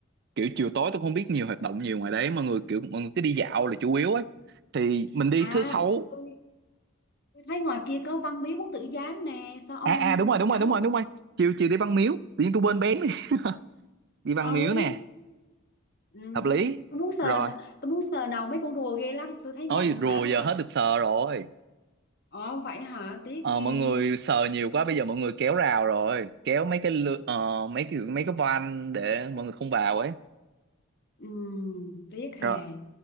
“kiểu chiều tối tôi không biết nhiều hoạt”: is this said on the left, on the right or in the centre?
Right